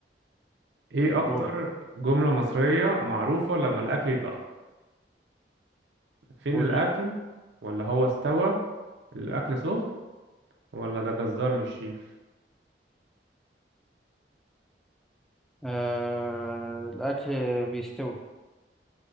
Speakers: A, on the right; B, in the centre.
A: ايه اكتر
B: دورك
A: جمله مصريه معروفه لما الاكل يتاخر فين
B: قول
A: الاكل ولا هو استوى الاكل سخن ولا ده جزار مش شيف
B: آه الأكل بيستوي